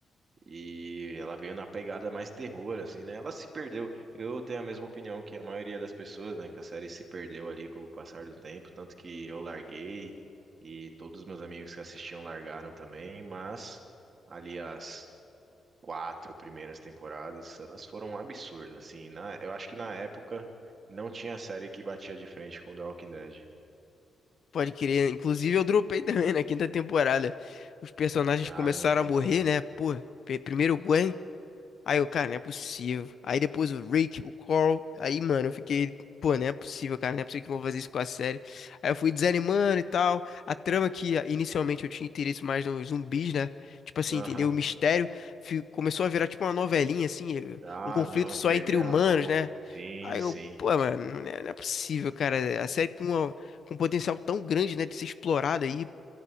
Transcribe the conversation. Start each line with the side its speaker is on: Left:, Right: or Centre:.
Right: E ela veio na pegada mais terror, assim, né? Ela se perdeu. Eu tenho a mesma opinião que a maioria das pessoas, né? Que a série se perdeu ali com o passar do tempo. Tanto que eu larguei e todos os meus amigos que assistiam largaram também. Mas ali as quatro primeiras temporadas, elas foram um absurdo, assim. Na, eu acho que na época não tinha série que batia de frente com The Walking Dead.
Left: Pode crer. Inclusive, eu dropei <laughs> também na quinta temporada. Os personagens
Right: Ah,
Left: começaram
Right: não tem
Left: a morrer,
Right: como.
Left: né? Pô, pe- primeiro o Gwen. Aí eu, cara, não é possível. Aí depois o Rick, o Carl. Aí, mano, eu fiquei, pô, não é possível, cara, não é possível que vão fazer isso com a série. Aí eu fui desanimando e tal. A trama que ah, inicialmente eu tinha interesse mais nos zumbis, né? Tipo assim,
Right: Aham.
Left: entendeu? O mistério fi- começou a virar tipo uma novelinha, assim, eh,
Right: Ah,
Left: um conflito
Right: não,
Left: só
Right: perderam
Left: entre humanos,
Right: a mão.
Left: né?
Right: Sim,
Left: Aí
Right: sim.
Left: eu, pô, mano, não é, não é possível, cara. A série com, uma- com um potencial tão grande, né, de ser explorada aí.